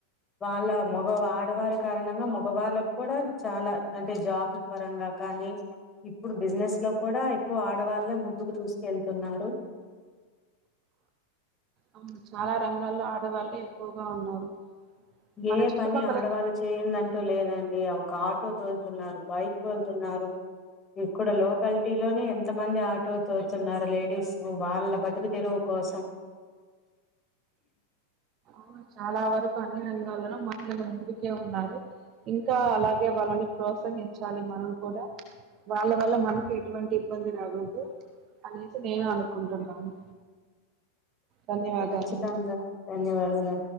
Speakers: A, on the left; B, on the right.
A: వాళ్ళ మగ ఆడవారి కారణంగా మగవాళ్ళకి కూడా చాలా అంటే జాబ్ల పరంగా కానీ ఇప్పుడు బిజినెస్ లో కూడా ఎక్కువ ఆడవాళ్ళే ముందుకు దూసుకెళ్తున్నారు
B: అవును చాలా రంగాల్లో ఆడవాళ్ళు ఎక్కువగా ఉన్నారు మన
A: ఏ
B: చుట్టుపక్కల
A: పని ఆడవాళ్ళు చేయిందంటూ లేదండి అ ఆటో తోలుతున్నారు బైక్ తోలుతున్నారు ఇక్కడ లోకాలిటీ లోనే ఎంత మంది ఆటో తోచన్నారు లేడీస్ వాళ్ళ బతుకు తెరువు కో కోసం
B: అవును చాలా వరకు అన్ని రంగాల్లోనూ మహిళలు ముందుకే ఉన్నారు ఇంకా అలాగే వాళ్ళని ప్రోత్సహించాలి మనం కూడా వాళ్ళ వల్ల మనకు ఎటువంటి ఇబ్బంది రాకూడదు అనేసి నేను అనుకుంటున్నాను ధన్యవాదాలండి
A: ఖచ్చితంగా ధన్యవాదాలు